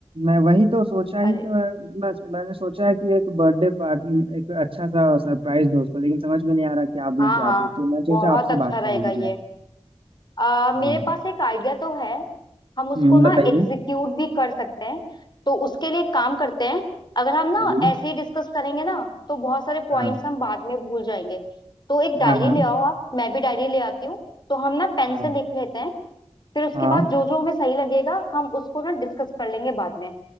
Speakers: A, on the right; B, on the left.
A: मैं वही तो सोचा ही
B: अरे
A: तो है बस मैंने सोचा है कि एक बर्थडे पार्टी एक अच्छा सा सरप्राइज दो उसको लेकिन समझ में नहीं आ रहा क्या दूं
B: हाँ
A: क्या
B: हाँ
A: दूं तो मैं
B: बहुत
A: सोचा आपसे
B: अच्छा
A: बात
B: रहेगा
A: कर ली
B: ये
A: जाए
B: आ, मेरे
A: हाँ
B: पास एक आइडिया तो है हम उसको
A: हम्म
B: ना
A: बताइए
B: एग्जीक्यूट भी कर सकते हैं तो उसके लिए एक काम करते हैं अगर हम ना
A: जी
B: ऐसे ही डिस्कस करेंगे ना तो बहुत सारे पॉइंट्स
A: हाँ
B: हम बाद में भूल जाएंगे तो एक डायरी
A: हाँ हाँ
B: ले आओ आप मैं भी डायरी ले आती हूँ तो हम ना पेन
A: हाँ
B: से लिख लेते हैं फिर उसके
A: हाँ
B: बाद जो जो हमें सही लगेगा हम उसको ना डिस्कस कर लेंगे बाद में